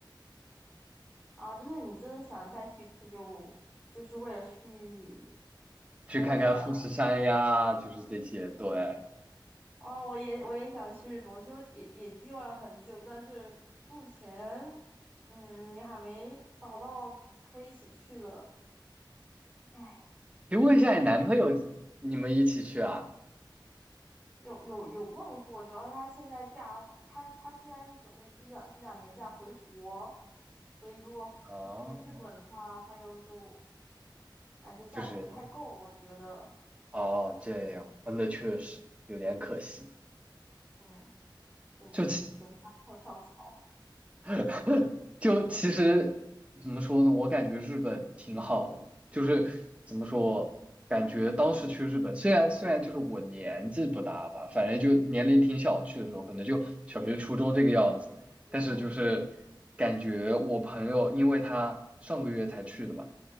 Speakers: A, on the left; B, on the right.
A: 啊，就是你真的想再去一次就，就是为了去
B: 去看看富士山呀，
A: 那个，
B: 就是这些。
A: 嗯，
B: 对，
A: 啊，我也我也想去日本，我就也也计划了很久，但是目前，嗯，你还没找到可以一起去的，唉，纠结。
B: 可以问一下你男朋友，你们一起去啊？
A: 有有有问过，主要是他现在假，他他现在是准备积攒积攒年假回国，所以如果去去日本的话，
B: 哦，
A: 他又就感觉假不太够，
B: 就是。
A: 我觉得，
B: 哦，这样，啊那确实有点可惜。
A: 嗯，等等等他跳跳槽，
B: 就其 <clears throat> 就其实怎么说呢？我感觉日本挺好的，就是怎么说，
A: 嗯
B: 感觉当时去日本，虽然虽然就是我年纪不大吧，反正就年龄挺小，去的时候可能就小学、初中这个样子，
A: 嗯
B: 但是就是感觉我朋友，因为他上个月才去的嘛，